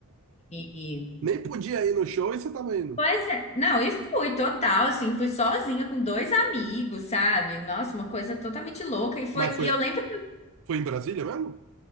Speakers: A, on the left; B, on the right.
A: E,
B: Nem podia ir no show e você tava indo.
A: pois é, não, e fui total, assim, fui sozinha com dois amigos, sabe? Nossa, uma coisa totalmente louca. E foi,
B: Mas foi,
A: e eu lembro
B: foi em Brasília mesmo?